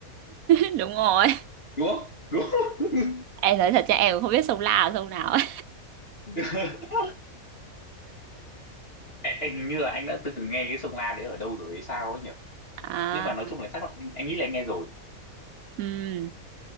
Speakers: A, on the right (about 80°); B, on the left (about 45°).
A: <laughs> đúng rồi
B: đúng không đúng không?
A: em nói thật cho em cũng không biết sông là sông nào ấy
B: <laughs> Ê, anh hình như là anh đã từng nghe cái sông La đấy ở đâu rồi hay sao ấy nhỉ
A: à
B: nhưng mà nói chung là chắc là anh, anh nghĩ là anh nghe rồi
A: ừm,